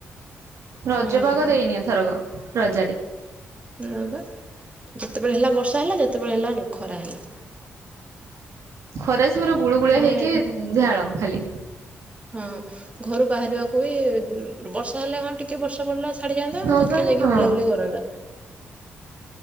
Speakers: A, on the right; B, on the right.
A: ରଜ
B: ହୁଁ
A: ପାଗ ଦେଇନି ଏଥରକ ରଜରେ।
B: ହବା ଯେତେବେଳେ ହେଲା ବର୍ଷା ହେଲା ଯେତେବେଳେ ହେଲା ଖରା ହେଲା।
A: ଖରା ସ ପୁରା ଗୁଳୁ ଗୁଳିଆ
B: ମାନେ
A: ହେଇକି ଝାଳ ଖାଲି।
B: ହଁ ଘରୁ ବାହାରିବାକୁ ବି ବର୍ଷା ହେଲେ ହଁ ଟିକେ ବର୍ଷା ପଡ଼ିଲା ଛାଡି ଯାଆନ୍ତା
A: ହଁ
B: ଘରିକି
A: ବା
B: ଯାଇକି
A: ହଁ
B: ବୁଲାବୁଲି କରନ୍ତ।